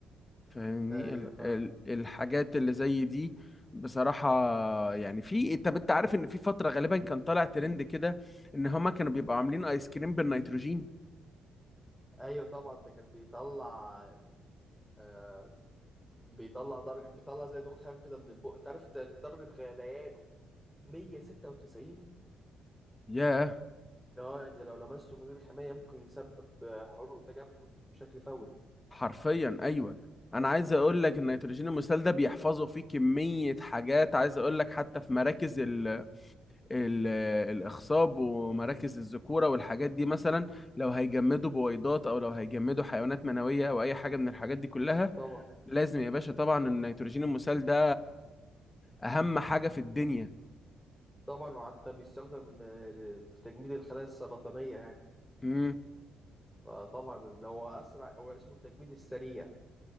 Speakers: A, on the left; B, in the centre.
A: فاهمني
B: أيوة
A: ال
B: فعلا
A: ال الحاجات اللي زي دي بصراحة يعني في طب انت عارف ان في فترة غالبا كان طالع ترند كده ان هما كانوا بيبقوا عاملين ايس كريم بالنيتروجين
B: أيوة طبعا ده كان بيطلع آه بيطلع درجة بيطلع زي دخان كده من البق أنت عارف ده إن درجة غليانه 196
A: ياه
B: اه يعني لو لمسته من غير حماية ممكن يسبب آه، حروق تجمد بشكل فوري
A: حرفيا ايوه
B: اه
A: انا عايز اقول لك النيتروجين المسال ده بيحفظوا فيه كميه حاجات عايز اقول لك حتى في مراكز ال ال الاخصاب ومراكز الذكوره والحاجات دي مثلا لو هيجمدوا بويضات او لو هيجمدوا حيوانات منويه او اي حاجه من الحاجات دي كلها
B: طبعا
A: لازم يا باشا طبعا النيتروجين المسال ده اهم حاجه في الدنيا
B: طبعا وحتى بيستخدم آه، في تجميد الخلايا السرطانية يعني
A: امم
B: فطبعا هو اسرع هو اسمه التجميد السريع